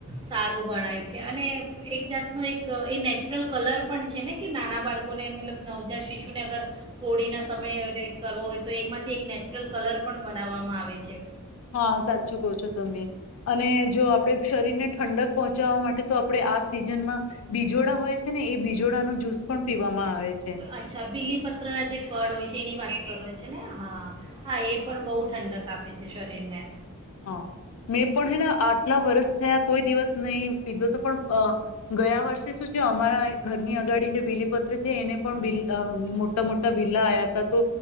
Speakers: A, on the right (about 20°); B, on the left (about 70°).
A: સારું ગણાય છે. અને એક જાતનો એક એ નેચરલ કલર પણ છે ને કે નાના બાળકોને મતલબ નવજાત શિશુને અગર હોળીના સમયે કરવો હોય તો એમાંથી એક નેચરલ કલર પણ બનાવવામાં આવે છે.
B: હા સાચું કહું છો તમે. અને જો આપડે શરીર ને ઠંડક પહોંચાવા માટે તો આપડે આ સિઝન માં બીજોડા હોય છે ને એ બીજોડા ન જુસ પણ પીવામાં આવે છે.
A: અચ્છા બીલીપત્ર ના જે ફળ હોય છે એની વાત કરો છે ને, હા હા એ પણ બહુ ઠંડક આપે છે શરીરને.
B: હ, મેં પણ હેને આટલા વરસ થયા કોઈ દિવસ નહી પીધો તો પણ અ ગયા વર્ષે શું છે અમારા ઘરની અગાડી જે બીલીપત્ર છે એને પણ બ મોટા મોટા બીલા આવયા હતા. તો